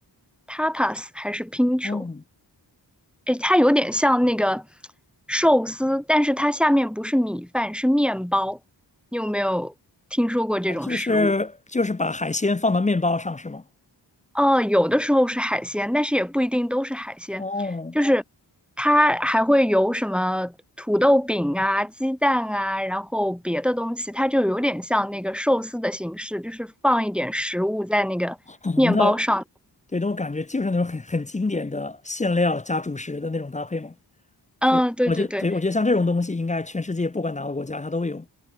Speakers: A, in the centre; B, on the left.
A: tapas 还是 pincho？
B: 哦
A: 诶，它有点像那个寿司，但是它下面不是米饭，是面包。你有没有听说过这种食物？
B: 啊，就是就是把海鲜放到面包上是吗？
A: 哦，有的时候是海鲜，但是也不一定都是海鲜，
B: 哦，
A: 就是它还会有什么土豆饼啊、鸡蛋啊，然后别的东西，它就有点像那个寿司的形式，就是放一点食物在那个面包上。
B: <laughs> 那对，那我感觉就是那种很很经典的馅料加主食的那种搭配嘛。
A: 嗯，
B: 这我觉对，
A: 对对对，
B: 我觉得像这种东西，应该全世界不管哪个国家它都有。